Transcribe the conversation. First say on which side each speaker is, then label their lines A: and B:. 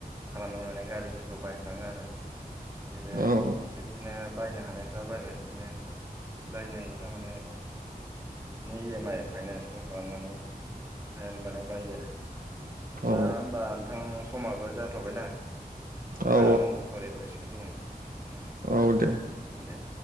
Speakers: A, on the right; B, on the right.
A: खालामनाय माने गारिफोरखौ बाय थाङो आरो इदिनो
B: औ
A: खेबसेनो बायनो हानायफ्रा बायबाय बिदिनो बायनो हायिफ्रा माने नै इएम आइ फाइनान्सल' खालामनानै <unintelligible> माने बायो आरो। दा
B: औ
A: होमबा नोंथां समाबो जाथ'बायना
B: औ
A: ओ उनाव सावरायबावसि <unintelligible>
B: औ औ दे
A: ओंदे